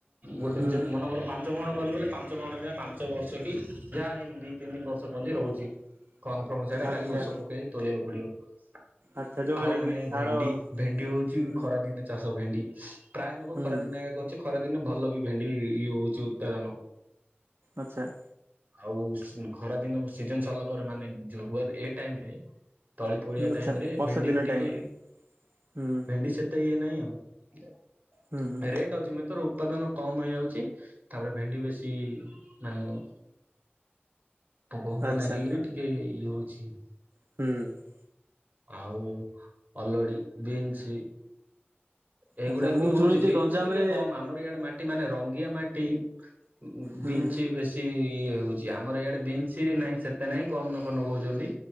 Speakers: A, on the right; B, on the right.
A: ଗୋଟେ
B: ହୁଁ
A: ମନର ପା ପାଞ୍ଚ ବହଣ କିବଲେ ପାଞ୍ଚ ବ୍ରହଣ ଯା ପାଞ୍ଚ ବର୍ଷ କି ଯାହା ଦି ତିନି ବର୍ଷ ପହ୍ଜି ରହୁଛି। କନଫର୍ମ ସେଇଟା
B: ଆଚ୍ଛା
A: ଖାଲି ଔଷ ପକେଇକି ତୋଳିବାକୁ ପଡିବ।
B: ଆଚ୍ଛା ଯୋଉଟା
A: ଆଉ ମାନେ
B: ବି ସାର
A: ଭେଣ୍ଡି ଭେଣ୍ଡି ହଉଛି
B: ହୁଁ
A: ଖରା ଦିନେ। ଚାଷ ଭେଣ୍ଡି ପ୍ରାୟ ଲୋକ
B: ହୁଁ
A: ଖରା ଦିନ ଅଛି। ଖରା ଦିନେ ଭଲ ବି ଭେଣ୍ଡି ଇଏ ହଉଛି ଉତ୍ପାଦନ।
B: ଆଚ୍ଛା।
A: ଆଉ ଖରା ଦିନ ସିଜନ ସରିଲା ପରେ ମାନେ ଜରୁଆର ଏ ଟାଇମରେ ତଳି ପୋଡିଆ
B: ଆଚ୍ଛା
A: ଟାଇମରେ
B: ବର୍ଷା
A: ଭେଣ୍ଡିରୁ
B: ଦିନ
A: ଟିକେ
B: ଟାଇମରେ ହୁଁ
A: ଭେଣ୍ଡି ସେ ତେ ଇଏ ନାଇଁ ଆଉ
B: ହୁଁ ହୁଁ
A: ରେଟ୍ ଅଛି ମିତୋର ଉତ୍ପାଦନ କମ ହେଇଯାଉଛି ତାପରେ ଭେଣ୍ଡି ବେଶୀ ମାନେ ପୋକ ଫୋକ
B: ଆଚ୍ଛା
A: ନାଗିକିରି ଟିକେ ଇଏ ହଉଛି।
B: ହୁଁ।
A: ଆଉ ଅଲଡ଼ି ବିନ୍ସ ଏଇଗୁଡାକ
B: ଆଚ୍ଛା ମୁଁ
A: ବି ହଉଛି
B: ଶୁଣିଛି
A: ବିନ୍ସ
B: ଗଞ୍ଜାମରେ
A: ଟିକେ କମ ଆମର ଇଆଡେ ମାଟି ମାନେ ରଙ୍ଗିଆ ମାଟି। ଉଁ
B: ହୁଁ
A: ବିନ୍ସ ବେଶ ସେ ଇଏ ହଉଛି ଆମର ଇଆଡେ ବିନ୍ସ ନାହିଁ ସେତେ ନାହିଁ କମ ଲୋକ ନଗଉଛନ୍ତି।